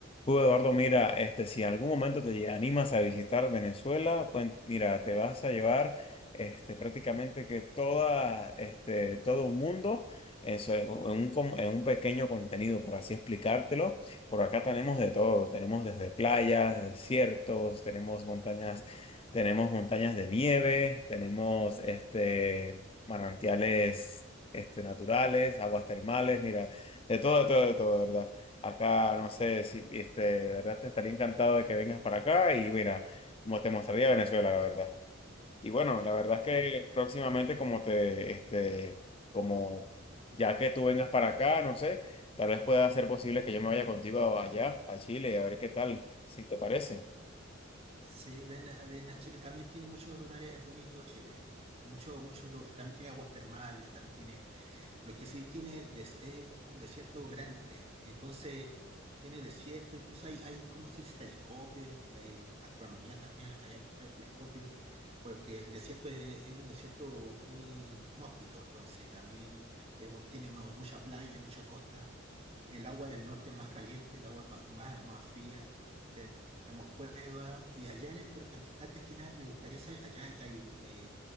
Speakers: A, on the left (about 30°); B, on the right (about 30°).
A: Uh, Eduardo, mira, este, si en algún momento te lle- animas a visitar Venezuela, cuen- mira, te vas a llevar este, prácticamente que toda, este, todo un mundo en, su- en un, con- en un pequeño contenido, por así explicártelo. Por acá tenemos de todo, tenemos desde playas, desiertos, tenemos montañas, tenemos montañas de nieve, tenemos este, manantiales este, naturales, aguas termales, mira, de todo, de todo, de todo, ¿verdad? acá, no sé si, este, de verdad te estaría encantado de que vengas para acá y mira, mo- te mostraría Venezuela, la verdad. Y bueno, la verdad es que próximamente como te, este, como ya que tú vengas para acá, no sé, tal vez pueda ser posible que yo me vaya contigo allá, a Chile, y a ver qué tal, si te parece.
B: Sí, ven, a- ven a Chile. También tiene muchos lugares bonitos Chile. Muchos, muchos lu- También tiene aguas termales, también tiene. Lo que sí tiene des- es un desierto grande. Entonces, tiene desierto, incluso hay, hay ¿cómo se dice? Telescopios, y, eh, astronomía también, acá hay hartos telescopios, porque el desierto es, es un desierto muy inhóspito, entonces también es bu- tiene mu- mucha playa, mucha costa. el agua en el norte es más caliente, el agua es más, más, más fría, tenemos cuevas, y allá, en el- pero aquí- antes que nada, me gustaría saber, allá hay, hay, eh,